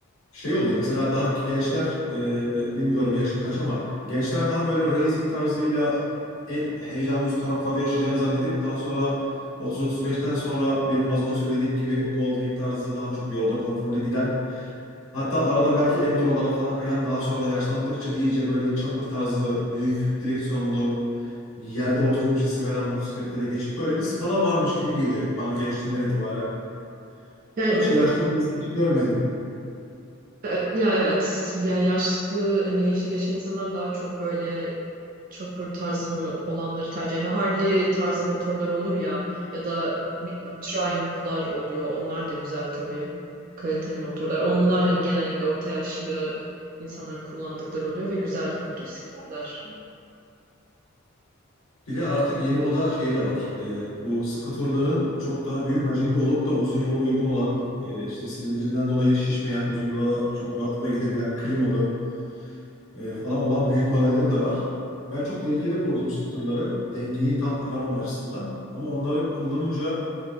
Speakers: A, on the left (about 85°); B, on the right (about 40°).
A: şey oluyor mesela daha gençler e, bilmiyorum yaşın kaç ama gençler daha böyle racing tarzıyla en heyecanı üst taraflarda yaşayacağını zannedip daha sonra 30-35'ten sonra benim az önce söylediğim gibi Goldwing tarzı daha çok yolda konforlu giden hatta arada belki Enduro'lara falan kayan daha sonra yaşlandıkça iyice böyle chopper tarzı büyük direksiyonlu yerde oturuyormuş hissi veren motosikletlere geçip böyle bir skala varmış gibi geliyor bana gençliğimden itibaren.
B: Yani
A: Hiç
B: o
A: yaşlı birisi hiç görmedim.
B: E, Ya evet yani yaşlı hani yaşı geçkin insanlar daha çok böyle chopper tarzı olanları tercih ediyor. Harley tarzı motorlar olur ya ya da bilmiyorum Triumph'lar oluyor. Onlar da güzel tabii. Kaliteli motorlar. Onlar hani genellikle orta yaşlı insanların kullandıkları oluyor ve güzel motosikletler.
A: Bir de artık yeni moda şey de var. Ee, bu skuterların çok daha büyük hacimli olup da uzun yola uygun olan, e, işte silindirinden dolayı şişmeyen, uzun yola çok rahatlıkla gidebilen, klimalı e, falan olan büyük modelleri de var. Ben çok tehlikeli bulurdum skuterları. Dengeyi tam kuramam açısından. Ama onları kullanınca